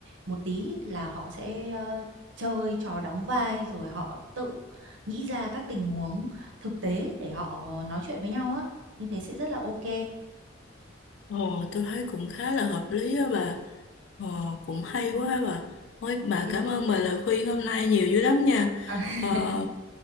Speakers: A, on the right; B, on the left.
A: một tí là họ sẽ ờ, chơi trò đóng vai rồi họ tự nghĩ ra các tình huống thực tế để họ nói chuyện với nhau á như thế sẽ rất là ok
B: ồ, tôi thấy cũng khá là hợp lý á bà. Ờ, cũng
A: Ừm,
B: hay quá ha bà. Ôi, bà
A: thế
B: cảm
A: thì
B: ơn bà lời khuyên hôm nay nhiều dữ lắm nha.
A: à, <laughs>
B: Ờ,